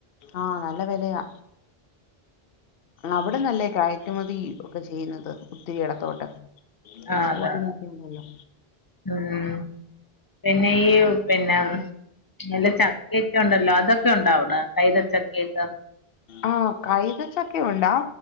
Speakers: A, on the left; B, on the left.
A: ആഹ് നല്ല വെലയാ അവിടുന്നല്ലേ കയറ്റുമതി ഒക്കെ ചെയ്യുന്നത്. <unintelligible> ഇടത്തോട്ട്
B: ആഹ്
A: എക്സ്പോർട്ടിങ്ങ്
B: അതെ അതെ
A: ഒക്കെ ഉണ്ടല്ലോ
B: ഉം ഉം പിന്നെ ഈ പിന്നാ മ് നല്ല ചക്കെക്ക ഒണ്ടല്ലോ അതൊക്കെ ഉണ്ടാ അവിടെ കൈതച്ചക്കേക്ക
A: ആ കൈതച്ചക്ക ഉണ്ടാ